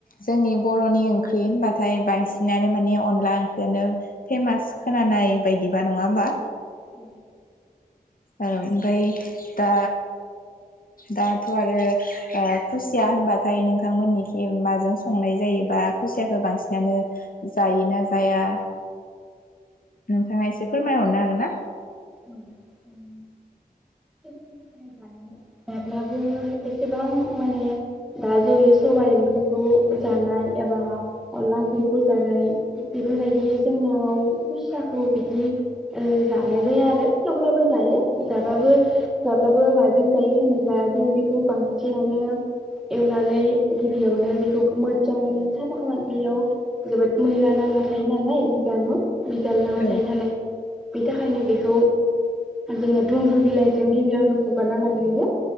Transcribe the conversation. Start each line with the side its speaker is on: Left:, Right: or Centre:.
Left: जोंनि बरनि ओंख्रि होनबाथाय बांसिनानो माने अनला ओंख्रियानो फेमास खोनानाय बायदिबा नङा होमबा?
Centre: औ।
Left: ओमफाय दा दाथ आरो ओ खुसिया होनबाथाय नोंथांमोननिखि माजों संनाय जायो बा खुसियाखौ बांसिनानो जायो ना जाया। नोंथाङा एसे फोरमायहरनो हागोन ना।
Centre: औ उम। जायो जाब्लाबो एसेबां माने दा जेरै सबाय ओंख्रिखौ जानाय एबा अनला ओंख्रिखौ जानाय बेफोरबायदि जोंनाव खुसियाखौ बिदि ओ जानाय जाया आर रो थवब्लाबो जायो जाबाबो जाब्लाबो माजों जायो होनोब्ला जों बेखौ बांसिनानो एवनानै गिबियावनो बेखौ मोजाङैनो साफा खालाम बेयाव जोबोद मैला नाङा थायो नालाय बिजानु। बिगाल नांना
Left: औ
Centre: थायो नालाय। बि थाखायनो बेखौ। जोङो दुमन्द्रु बिलाइजों गिबियावनो हुगारना लाग्रोयो